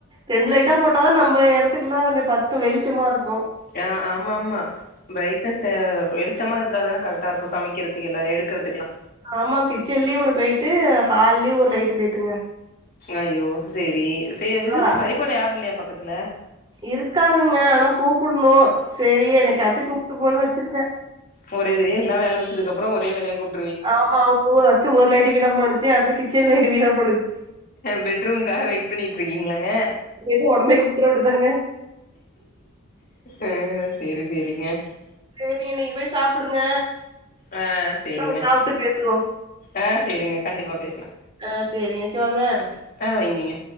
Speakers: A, on the right; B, on the left.
A: ரெண்டு லைட்டா போட்டாதா நம்ப எடத்துக்குல்லா கொஞ்சு பத்து வெளிச்சமா ருக்கு
B: யா ஆமம்மா பைடஸ்ட்டா எடு ச்சமா இருந்தா தானே கரட்டாருக்கு சமைக்கிறத்துக்குல்லா எடுக்குறத்துக்லா
A: ஆமா கிச்சன்லியு ஒண்ணு போய்ட்டு ஹால்யு ஒரு லைட்டு போய்ட்டுங்க
B: அயோ செரி சேவ் இது
A: ஆ,
B: சரிப்பன யாரு இல்லையா பக்கத்துல
A: இருக்காதுங்க ஆனா கூப்புண்ணு செரி என்னைக்காச்சு கூப்ட்டு போனு வச்சிர்க்கே
B: ஃபோரே சரி எல்லா வேல வச்சதுக்கப்றோ ஒரே வேலையா கூட்
A: ஆமா அவ்க்கு வஸ்ட்டு ஒர் லைட்டு விணம் மோனிச்சு அடுத்து கிச்சன் லைட்டு வீணப்
B: பெட்ரூம்காஹ வெய்ட் பண்ணிட்ருக்கீங்ளாங்க
A: எது ஒடனே கூட்ரோட்டு தாங்க
B: அ அஸ் செரி செரிங்க
A: சரிங்க நீங்க போய் சாப்புடுங்க
B: ஆ செரிங்க
A: நம்ம சாப்ட்டு பேசுவோம்
B: ஆ செரிங்க கண்டிப்பா பேஸ்லா
A: ஆ சரிங்க ஓகேவாங்க
B: ஆச்சு ஆ வைங்கீய